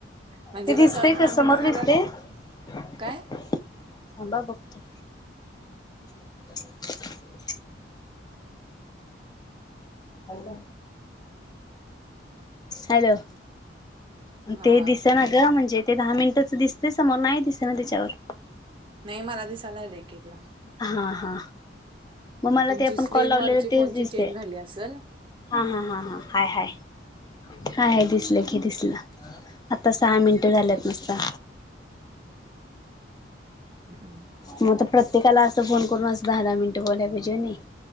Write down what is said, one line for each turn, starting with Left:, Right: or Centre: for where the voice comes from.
Right: म्हणजे
Left: ते दिसतंय
Right: कसं
Left: का समोर
Right: मिनिटं झालं
Left: दिसतंय? थांबा
Right: काय?
Left: बघतो. <inaudible> Hello hello.
Right: हां.
Left: ते दिसना ग म्हणजे ते दहा मिनिटच दिसते समोर नाही दिसना त्याच्यावर.
Right: नाही मला दिसायला लागलंय की हिकडं.
Left: हा हा. मग मला
Right: तुमची
Left: ते आपण
Right: स्क्रीनवरची
Left: कॉल लावले तेच
Right: फोनची
Left: दिसते.
Right: चेंज झाली असेल.
Left: हा हा हा हा हाय हाय. हाय हाय दिसलं की दिसलं. आत्ता सहा मिनटं झाल्यात नुसता.
Right: हम्म.
Left: मग आता प्रत्येकाला असं फोन करून असं दहा दहा मिनिटं बोलाय पाहिजे होय नाही?